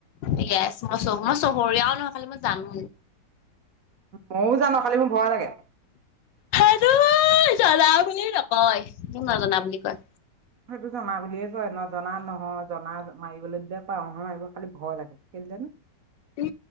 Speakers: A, on the left; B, on the right.
A: ইয়েচ মই চহ মই চহৰীয়াও নহয় খালি মই জানো
B: ময়ো জানো খালি মোৰ ভয় লাগে
A: সেইটো জনা বুলি নকয় সেইটো নজনা বুলি কয়
B: সেইটো জনা বুলিয়ে কয় নজনা নহয় জনা মাৰিবলৈ দিলে পাৰো নহয় মাৰিব খালি ভয় লাগে কেলে জানো
A: উম